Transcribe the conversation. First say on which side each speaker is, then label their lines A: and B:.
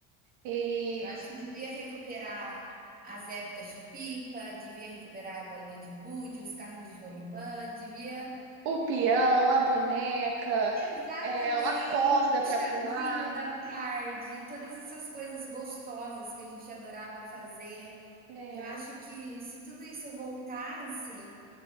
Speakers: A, on the right; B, on the right.
A: E
B: Eu acho que devia recuperar as épocas de pipa, devia recuperar a bolinha de gude, os carrinhos de rolimã, devia
A: o peão, a boneca,
B: Exatamente,
A: é, a corda
B: o
A: pra
B: chazinho
A: pular.
B: da tarde, todas essas coisas gostosas que a gente adorava fazer.
A: É,
B: Eu acho que se tudo isso voltasse,